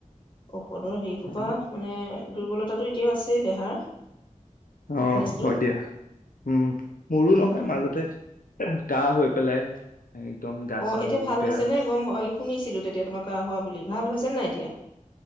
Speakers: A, on the left (about 35°); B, on the left (about 85°).
A: অফ। পদৰ হেৰিসোপা
B: অ
A: মানে দুৰ্বলতাটো এতিয়াও আছে দেহাৰ?
B: অ
A: উইকনেচটো
B: হয় দিয়া, উম, মোৰো নহয়
A: বা
B: মাজতে কাহ হৈ পেলাই। একদম গা
A: অ
B: চা
A: এতিয়া
B: বহুত
A: ভাল
B: বেয়া
A: হৈছে নে গম শুনিছিলো তেতিয়া তোমাৰ কাহ হোৱা বুলি ভাল হৈছে নাই? এতিয়া?